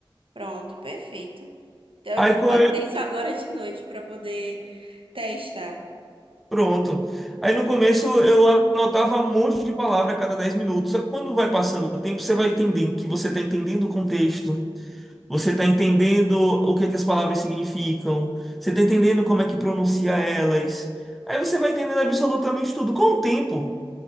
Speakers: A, on the right; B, in the centre.
A: Pronto, perfeito. Então
B: Aí
A: eu vou
B: co-
A: fazer isso agora de noite para poder testar.
B: pronto. Aí no começo eu anotava um monte de palavra a cada 10 minutos. Só que quando vai passando o tempo, você vai entendendo que você está entendendo o contexto. Você está entendendo o que que as palavras significam. Você está entendendo como é que pronuncia elas. Aí você vai entendendo absolutamente tudo. Com o tempo,